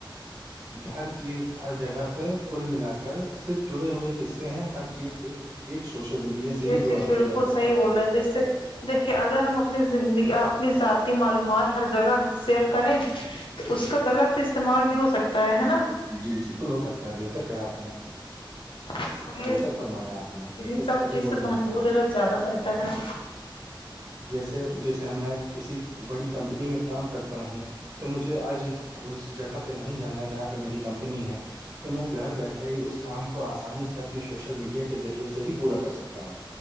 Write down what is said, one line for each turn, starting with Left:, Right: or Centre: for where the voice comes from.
Right: ہر چیز ہر جگہ سے کل ملا کر صرف جڑے ہوئے قصے ہیں ہر چیز ایک ایک سوشل میڈیا سے
Left: جی
Right: ہی جڑا
Left: جی بالکل
Right: جڑا ہوا
Left: صحیح بولا ہیں جیسے دیکھیے اگر ہم اپنی زندگی اپنی ذاتی معلومات ہر جگہ شیر کریں تو اس کا غلط استعمال بھی ہو سکتا ہے ہے نا
Right: جی بالکل ہو سکتا ہے بہتر کہ ہے آپ نے
Left: اس لیے
Right: بہتر فرمایا آپ نے بالکل
Left: ان سب
Right: صحیح
Left: چیز
Right: بول
Left: سے
Right: رہے
Left: محفوظ
Right: ہیں آپ
Left: رہنا زیادہ تر طرح
Right: جیسے جیسے ہم میں کسی بڑی کمپنی میں کام کرتا ہوں تو مجھے آج اس جگہ پہ نہیں جانا ہے جہاں پہ میری کمپنی ہے تو میں گھر بیٹھے ہی اس کام کو آسانی سے اپنے سوشل میڈیا کے ذریعے سے ہی پورا کر سکتا ہوں